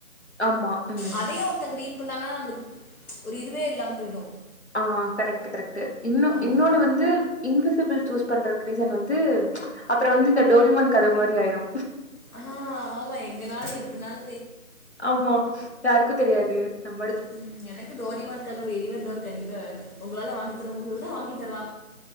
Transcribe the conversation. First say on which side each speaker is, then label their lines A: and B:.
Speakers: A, on the left (about 50°); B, on the left (about 80°).
A: ஆமா ம்
B: அதையு ஒருத்தங்க ரீட் பண்ணாங்கனா நம்மளுக்கு ஒரு இதுவே இல்லாம போய்டு
A: ஆ கரெக்ட்டு கரெக்ட்டு இன்னோ
B: ஆஹ்
A: இன்னொன்னு வந்து இன்விசிபிள் சூஸ் பண்றதுக்கு ரீசன் வந்து அப்றோ வந்து இந்த டோரிமான் கதவு மாரி ஆய்ரு
B: ஆ ஆமா எங்க நாளு எப்டி நாளு
A: ஆமா யாருக்கு தெரியாது நம்ம
B: ம் எனக்கு டோரிமான் கதவு எலிவர் டோர் கண்டிப்பா வேணு உங்களால வாங்கி தர முடியுனா வாங்கி தரலா